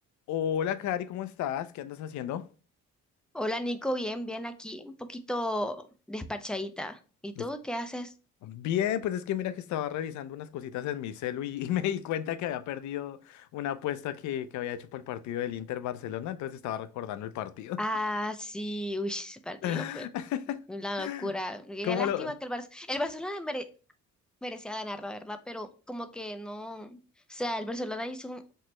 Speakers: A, on the left; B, in the centre.
A: Hola, Cari, ¿cómo estás? ¿Qué andas haciendo?
B: Hola Nico, bien, bien aquí, un poquito despachadita. ¿Y
A: Es-
B: tú qué haces?
A: Bien, pues es que mira que estaba revisando unas cositas en mi celu y, y <laughs> me di cuenta que había perdido una apuesta que, que había hecho para el partido del Inter Barcelona, entonces estaba recordando el partido.
B: Ah, sí, uy, ese partido
A: <laughs>
B: fue una locura. Qué
A: ¿Cómo
B: lástima
A: lo...
B: que el Barça, el Barcelona mere- merecía ganar, la verdad, pero como que no, o sea, el Barcelona hizo un,